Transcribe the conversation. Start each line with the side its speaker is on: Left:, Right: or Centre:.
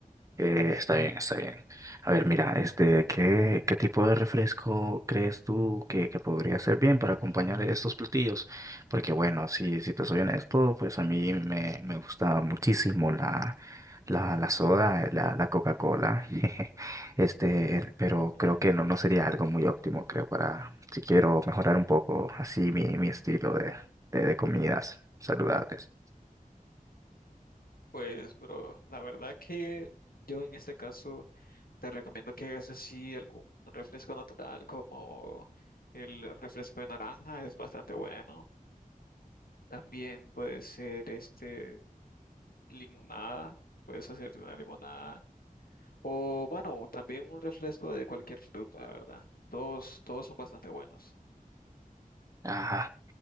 Right: Eh, está bien, está bien. A ver, mira, este, ¿qué, qué tipo de refresco crees tú que, que podría ser bien para acompañar estos platillos? Porque bueno, si, si te soy honesto, pues a mí me, me gusta muchísimo la, la, la soda, eh, la, la Coca-Cola. <laughs> Este, er, pero
Left: Ujú.
Right: creo que no, no sería algo muy óptimo, creo, para si quiero mejorar un poco así mi, mi estilo de, de, de comidas saludables.
Left: Pues, bro, la verdad que yo en este caso te recomiendo que hagas así algún refresco natural como el refresco de naranja, es bastante bueno. También puede ser este limonada, puedes hacerte una limonada. O bueno, también un refresco de cualquier fruta, la verdad. Todos, todos son bastante buenos.
Right: Ajá.